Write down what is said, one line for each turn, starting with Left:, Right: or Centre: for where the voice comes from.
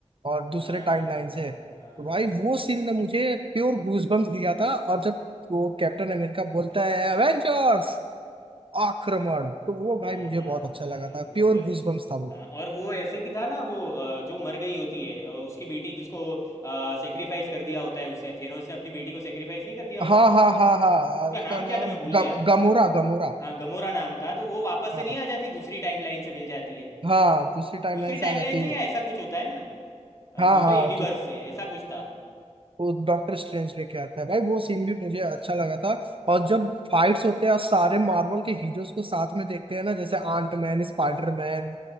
Right: और दूसरे
Left: हाँ
Right: टाइमलाइन से
Left: हाँ
Right: तो
Left: हाँ
Right: भाई
Left: हाँ
Right: वो सीन ने मुझे प्योर गूजबम्स दिया था और जब वो कैप्टन अमेरिका बोलता है एवेंजर्स आक्रमण तो वो भाई
Left: हाँ
Right: मुझे
Left: हाँ, हाँ,
Right: बहुत अच्छा
Left: भाई
Right: लगा था
Left: वो
Right: प्योर
Left: तो
Right: गूजबम्स
Left: है
Right: था वो
Left: हाँ, और वो ऐसे भी था ना वो अ, जो मर गई होती है अ, उसकी बेटी जिसको सेक्रीफाइस कर दिया होता है उसने थेनोस ने अपनी बेटी को सेक्रीफाइस नहीं कर दिया होता
Right: हाँ हाँ हाँ हाँ
Left: उसका
Right: उसका
Left: नाम
Right: नाम
Left: क्या था मैं भूल
Right: ग,
Left: गया
Right: गमोरा गमोरा
Left: हाँ गमोरा नाम था तो वो वापस से
Right: हाँ
Left: नहीं आ जाती दूसरी टाइमलाइन से मिल जाती है
Right: हाँ दूसरी टाइमलाइन
Left: दूसरी
Right: से
Left: टाइमलाइन
Right: आ जाती
Left: से
Right: है
Left: या ऐसा कुछ होता है ना अ,
Right: हाँ
Left: दूसरे
Right: हाँ
Left: यूनिवर्स से ऐसा कुछ था
Right: वो डॉक्टर स्ट्रेंज लेके आता है भाई वो सीन भी मुझे अच्छा लगा था और जब फाइट्स होते हैं और सारे मार्वल के हीरोज को साथ में देखते हैं ना जैसे आंट मैन स्पाइडर मैन